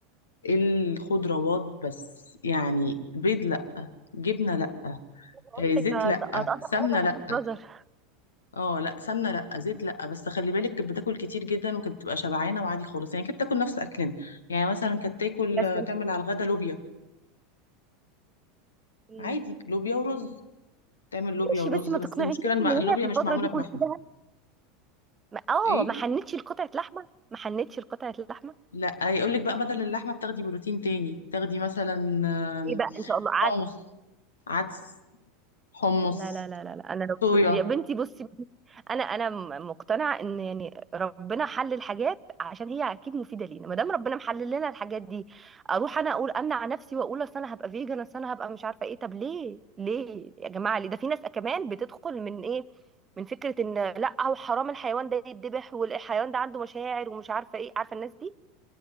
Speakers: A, on the left; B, on the right.
A: الخضروات بس يعني بيض لأ جبنة لأ
B: بقول
A: آه، زيت
B: لك هت-
A: لأ
B: هتقضي
A: سمنة
B: حياتك
A: لأ
B: تاكل جزر
A: اه لأ سمنة لأ زيت لأ بس خلي بالك كانت بتاكل كتير جدا وكانت بتبقى شبعانة وعادي خالص يعني كانت بتاكل نفس أكلنا يعني مثلا كانت تاكل
B: بس
A: تعمل على الغدا لوبيا
B: مم.
A: عادي لوبيا ورز تعمل لوبيا
B: ماشي
A: ورز
B: بس ما
A: بس
B: تقنعنيش
A: المشكلة الم-
B: ان
A: اللوبيا
B: هي في الفتره
A: مش معمولة
B: دي
A: بلحمة
B: كلها ما- اه
A: ايه
B: ما حنتش لقطعه لحمه ما حنتش لقطعه لحمه
A: لا يقول لك بقى بدل اللحمه بتاخدي بروتين تاني بتاخدي مثلا آم،
B: ايه بقى ان شاء الله قعدت
A: حمص عدس حمص
B: لا لا لا لا لا انا لو
A: صويا
B: يا بنتي بصي انا انا م- مقتنعه ان يعني ربنا حل الحاجات عشان هي اكيد مفيده لينا ما دام ربنا محلل لنا الحاجات دي اروح انا اقول امنع نفسي واقول اصل انا هبقى فيجن اصل انا هبقى مش عارفه ايه طب ليه ليه يا جماعه ليه ده في ناس كمان بتدخل من ايه من فكره ان لا هو حرام الحيوان ده يتذبح والحيوان ده عنده مشاعر ومش عارفه ايه عارفه الناس دي